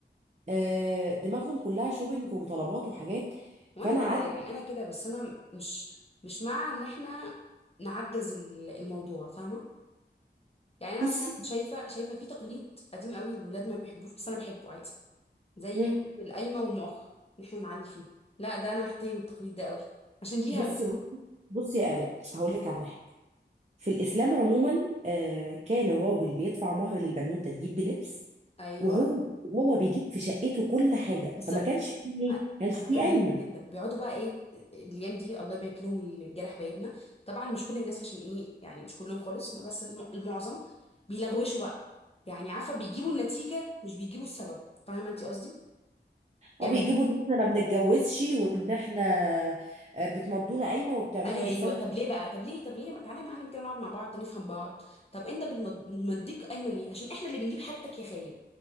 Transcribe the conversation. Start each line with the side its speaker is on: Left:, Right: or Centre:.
Right: آه، دماغهم كلها شوبينج وطلبات وحاجات
Left: وانا
Right: فانا
Left: كده
Right: قعدت
Left: يعني انا كده بس انا مش مش مع ان احنا نعجز ال- الموضوع فاهمة يعني انا
Right: بصي
Left: مثلا شايفة شايفة في تقليد قديم قوي الولاد ما بيحبوش بس انا بحبه عادي زي
Right: مم.
Left: حتة القايمة والمؤخر ان احنا نعلي فيه لا ده انا احترم التقليد ده قوي عشان ليه
Right: بصي
Left: هدف
Right: بصي بصي يا آلاء هقول لك على حاجه في الإسلام عموما آه، كان الراجل بيدفع مهر للبنوتة تجيب بلبس
Left: ايوه
Right: وهو وهو بيجيب في شقته كل حاجة
Left: بالظبط
Right: فما كانش فيه إيه؟
Left: أ-
Right: كانش
Left: انا
Right: فيه
Left: فهمتني
Right: قايمة
Left: جدا بيقعدوا بقى ايه الايام دي الله يبارك لهم الجرح بيدنا طبعا مش كل الناس عشان ايه يعني مش كلهم خالص بس الم- المعظم بيلغوشوا بقى يعني عارفه بيجيبوا النتيجه مش بيجيبوا السبب فاهمه انت قصدي يعني
Right: هو بيجيبوا ان احنا ما بنتجوزش وان احنا آه، بتمضونا قايمة وبتعملوا
Left: ايوه
Right: وبتسووا
Left: طب ليه بقى طب ليه طب ليه ما تعالى يا معلم كده نقعد مع بعض نفهم بعض طب انت بتمديك قايمه ليه عشان احنا اللي بنجيب حاجتك يا خايب